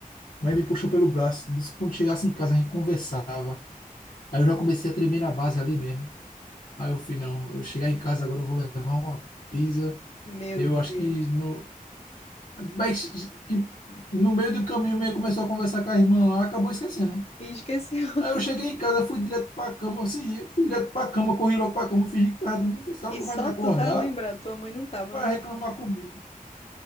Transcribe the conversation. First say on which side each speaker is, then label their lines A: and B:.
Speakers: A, on the left (about 65°); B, on the left (about 45°).
A: mas me puxou pelo braço, disse que quando chegasse em casa a gente conversava. Aí eu já comecei a tremer na base ali mesmo. Aí eu fui, não, eu chegar em casa agora eu vou levar uma pizza.
B: Meu
A: Eu acho
B: Deus.
A: que no, mas que no meio do caminho meio começou a conversar com a irmã lá, acabou esquecendo.
B: E esqueceu.
A: Aí eu cheguei
B: <laughs>
A: em casa, fui direto pra cama, assim, eu fui direto pra cama, corri logo pra cama, fingi que tava dormindo, falei, "Se ela
B: E
A: não
B: só
A: vai me acordar
B: tu tava lembrado, tua mãe não tava.
A: para
B: não-
A: reclamar comigo.